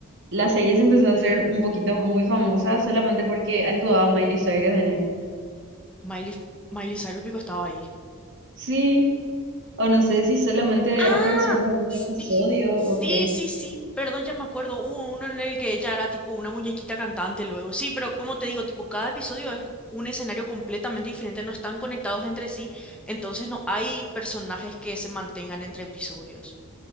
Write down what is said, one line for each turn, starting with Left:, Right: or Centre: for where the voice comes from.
Right: la serie se empezó a hacer un poquito muy famosa solamente porque actuaba Miley Cyrus en él.
Centre: Miley, Miley Cyrus Pico estaba ahí.
Right: Sí, o no sé si solamente
Centre: ¡Ah!
Right: apareció en algún
Centre: Sí,
Right: episodio
Centre: sí,
Right: o qué.
Centre: sí, sí. Perdón, ya me acuerdo. Hubo uno en el que ella era tipo una muñequita cantante luego. Sí, pero como te digo, tipo, cada episodio es un escenario completamente diferente, no están conectados entre sí, entonces no hay personajes que se mantengan entre episodios.